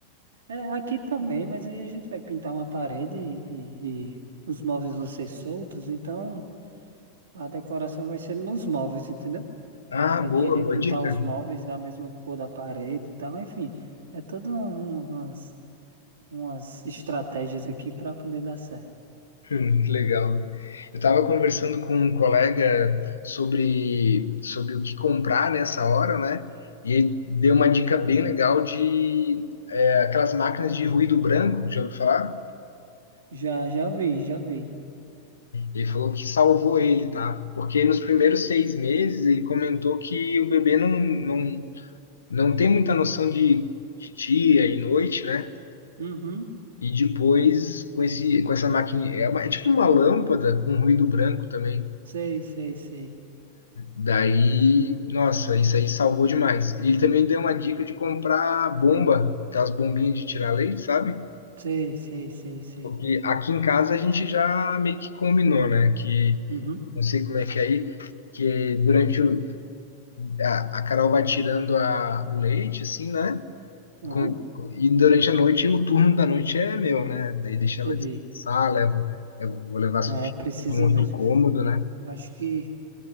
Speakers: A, on the right; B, on the left.
A: É, aqui também, mas aí a gente vai pintar uma parede e, e- e os móveis vão ser soltos, então a decoração vai ser nos móveis, entendeu? Ela
B: Ah,
A: vai
B: boa,
A: querer
B: boa
A: pintar
B: dica.
A: os móveis da mesma cor da parede e tal, enfim, é todas umas, umas estratégias aqui para poder dar certo.
B: Hum, que legal. Eu estava conversando com um colega sobre, sobre o que comprar nessa hora, né? E ele deu uma dica bem legal de é, aquelas máquinas de ruído branco. Já ouviu falar?
A: Já, já vi, já vi.
B: Ele falou que salvou ele, tá? Porque nos primeiros seis meses ele comentou que o bebê não, não, não tem muita noção de, de dia e noite, né?
A: Uhum.
B: E depois com esse com essa máquina é, uma- é tipo uma lâmpada com ruído branco também.
A: Sei, sei, sei.
B: Daí, nossa, isso aí salvou demais. E ele também deu uma dica de comprar bomba, aquelas bombinhas de tirar leite, sabe?
A: Sei, sei, sei, sei.
B: Porque aqui em casa a gente já meio que combinou, né? Que
A: Uhum.
B: não sei como é que é aí que durante o, A, a Carol vai tirando a, o leite, assim, né?
A: Uhum.
B: Com- e durante a noite, o turno da noite é meu, né? Daí deixa ela
A: Entendi.
B: descansar, levo, eu vou levar a Sofia
A: É, precisa
B: no
A: mesmo.
B: outro cômodo, né?
A: Eu Acho que